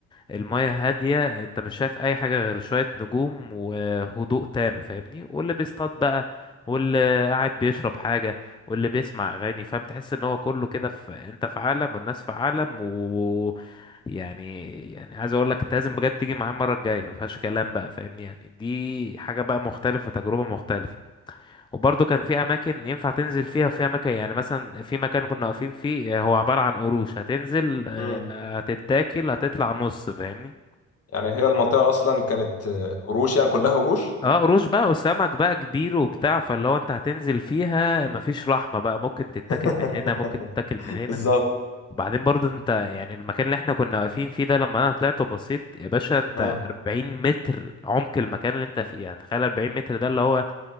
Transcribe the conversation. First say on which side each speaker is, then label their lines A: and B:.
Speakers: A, on the left (about 15°); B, on the left (about 50°).
A: المية هادية انت مش شايف اي حاجة غير شوية نجوم وهدوء تام فاهمني واللي بيصطاد بقى واللي قاعد بيشرب حاجة واللي بيسمع اغاني فاهم تحس ان هو كله كده في انت في عالم والناس في عالم و يعني يعني عايز اقول لك انت لازم بجد تيجي معايا المره الجايه ما فيهاش كلام بقى فاهمني يعني دي حاجه بقى مختلفه تجربه مختلفه وبرضه كان في اماكن ينفع تنزل فيها وفي اماكن يعني مثلا في مكان كنا واقفين فيه آه، هو عبارة عن قروش هتنزل آه،
B: مم.
A: هتتاكل هتطلع نص فاهمني
B: يعني هي المنطقة أصلا كانت آه، قروش يعني كلها قروش
A: اه قروش بقى وسمك بقى كبير وبتاع فاللي هو انت هتنزل فيها مفيش رحمة بقى ممكن تتاكل
B: <laughs>
A: من هنا ممكن تتاكل من هنا
B: بالظبط
A: وبعدين برضه انت يعني المكان اللي احنا كنا واقفين فيه ده لما انا طلعت وبصيت يا باشا انت
B: اه
A: 40 متر عمق المكان اللي انت فيه يعني تخيل 40 متر ده اللي هو